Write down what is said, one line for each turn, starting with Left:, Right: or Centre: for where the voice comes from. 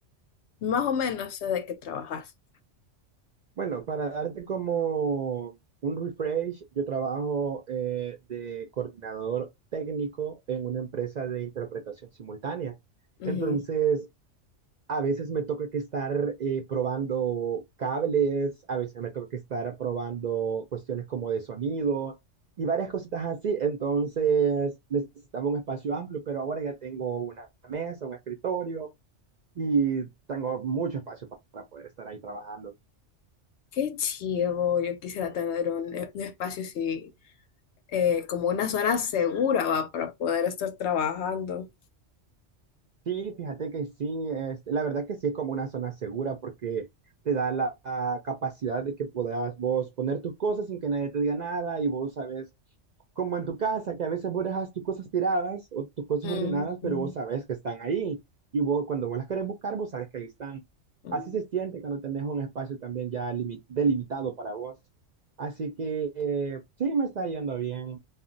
Left: más o menos sé de qué trabajas.
Right: Bueno, para darte como un refresh, yo trabajo eh, de coordinador técnico en una empresa de interpretación simultánea.
Left: Ujú.
Right: Entonces, a veces me toca que estar eh, probando cables, a veces me toca que estar probando cuestiones como de sonido y varias cositas así. Entonces, necesitaba un espacio amplio, pero ahora ya tengo una mesa, un escritorio y tengo mucho espacio pa- para poder estar ahí trabajando.
Left: Qué chido, yo quisiera tener un, un espacio así, eh, como una zona segura, va, para poder estar trabajando.
Right: Sí, fíjate que sí, es, la verdad que sí es como una zona segura porque te da la, la capacidad de que puedas vos poner tus cosas sin que nadie te diga nada y vos sabes, como en tu casa, que a veces vos dejas tus cosas tiradas o tus cosas
Left: Ujú,
Right: ordenadas, pero vos sabes que están ahí y vos cuando vos las querés buscar, vos sabes que ahí están.
Left: ujú.
Right: Así se siente cuando tenés un espacio también ya limi- delimitado para vos. Así que eh, sí, me está yendo bien.